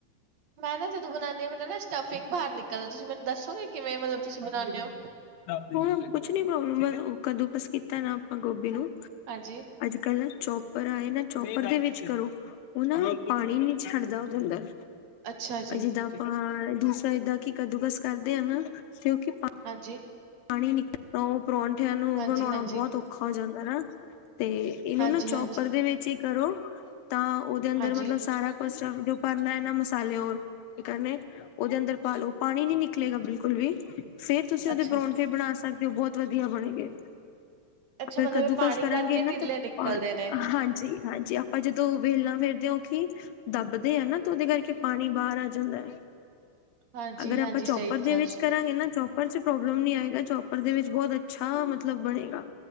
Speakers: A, on the right; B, on the left.
A: ਮੈਂ ਨਾ ਜਦੋਂ ਬਣਾਉਦੀ ਨਾ ਸਟਫਿੰਗ ਬਾਹਰ ਨਿਕਲਦਾ। ਤੁਸੀਂ ਮੈਨੂੰ ਦੱਸੋਗੇ ਕਿਵੇਂ ਮਤਲ ਤੁਸੀਂ ਬਣਾਉਂਦੇ ਹੋ?
B: <unintelligible> ਕੁੱਛ ਨੀ ਪ੍ਰੋਬਲਮ ਬ ਓ ਕਦੂ ਕਸ ਕੀਤਾ ਨਾ ਆਪਾਂ ਗੋਬੀ ਨੂੰ।
A: ਹਾਂਜੀ।
B: ਕਲ ਨਾ ਚੋਪਰ ਆਏ ਨਾ ਚੋਪਰ ਦੇ ਵਿੱਚ ਕਰੋ, ਓਨਾਂ ਨੂੰ ਪਾਣੀ ਨੀ ਛੱਡਦਾ ਓਦੇ ਅੰਦਰ,
A: ਅੱਛਾ ਜੀ,
B: ਜਿੱਦਾਂ ਆਪਾਂ, ਦੂਸਰਾ ਏਦਾਂ ਕਿ ਕੱਦੂਕਸ ਕਰਦੇ ਐ ਨਾ ਕਿਉ ਕਿ
A: ਹਾਂਜੀ?
B: ਪਾਣੀ ਨਿਕਲ ਓ ਪਰੌਂਠੇਆਂ ਨੂੰ,
A: ਹਾਂਜੀ-ਹਾਂਜੀ,
B: ਬਣਾਓਣਾ ਬੋਤ ਔਖਾ ਹੋ ਜਾਂਦਾ ਨਾ ਤੇ ਇਹਨ
A: ਹਾਂਜੀ-ਹਾਂਜੀ,
B: ਨੂੰ ਚੋਪਰ
A: ਹਾਂਜੀ।
B: ਦੇ ਵਿੱਚ ਹੀ ਕਰੋ। ਤਾਂ ਉਹਦੇ ਅੰਦਰ
A: ਹਾਂਜੀ
B: ਮਤਲਬ
A: ਹਾਂਜੀ,
B: ਸਾਰਾ ਜੋ ਪਾਉੰਦਾ ਹੈ ਨਾ ਮਸਾਲੇ ਰ ਕਰਨੇ। ਉਹਦੇ ਅੰਦਰ ਪਾਲੋ। ਪਾਣੀ ਨੀ ਨਿਕਲੇਗਾ ਬਿਲਕੁਲ ਵੀ। ਫੇਰ ਤੁਸੀਂ ਉਹਦੇ
A: ਅੱਛਾ,
B: ਪਰੌਂਠੇ
A: ਜੀ,
B: ਬਣਾ ਸਕਦੇ ਹੋ ਬਹੁਤ ਵਧੀਆ ਬਣੇ ਗੇ।
A: ਅੱਛਾ
B: ਅਗਰ
A: ਮਤਲਬ
B: ਕੱਦੂ
A: ਇਹ ਪਾਣੀ
B: ਕਸ ਕਰਾਂਗੇ
A: ਕਰਕੇ
B: ਨਾ
A: ਟਿੱਲੇ
B: ਤੇ,
A: ਨਿਕਲਦੇ ਨੇ।
B: ਹਾਂਜੀ। ਹਾਂਜੀ। ਆਪਾਂ ਜਦੋਂ ਵੇਲਣਾ ਫੇਿਰਦੇ ਹਾਂ। ਉ ਕਿ ਦੱਬਦੇ ਆ ਨਾ ਤਾਂ ਉਹਦੇ ਕਰਕੇ। ਪਾਣੀ ਬਾਹਰ ਆ ਜਾਂਦਾ ਹੈ।
A: ਹਾਂਜੀ,
B: ਅਗਰ ਆਪਾਂ
A: ਹਾਂਜੀ
B: ਚੋਪਰ
A: ਸਹੀ ਕਿਹਾ
B: ਦੇ ਵਿੱਚ
A: ਤੁਸੀਂ,
B: ਕਰਾਂਗੇ ਨਾ ਚੋਪ ਚੋਪਰ ਚ ਪ੍ਰੋਬਲਮ ਨੀ ਆਏਗਾ। ਚੌਪਰ ਦੇ ਵਿੱਚ ਬਹੁਤ ਅੱਛਾ ਮਤਲਬ ਬਣੇਗਾ।